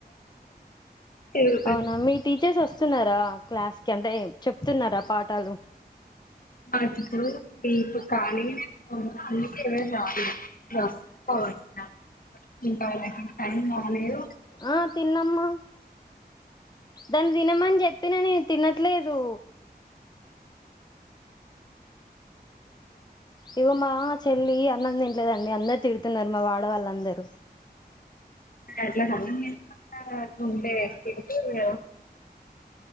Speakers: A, on the left (about 55°); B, on the left (about 25°).
A: తిరుగుతున్నా
B: అవునా మీ టీచర్స్ వస్తున్నారు రా క్లాస్ కి అంటే చెప్తున్నారా పాఠాలు
A: మాప్పు వపు కానీ అన్ని రాల కావచ్చు ఇంకా వాళ్ళకి టైం రాలేదు
B: ఆ తిన్నమ్మా దాన్ని తినమని చెప్పిన నేను తినట్లేదు ఇగో మా చెల్లి అన్నం తినలేదండి అందరు తిడుతున్నారు మా వాడ వాళ్ళ అందరూ
A: అట్లా అన్నం తినకుండా అట్లా ఉంటే ఎట్లా అండి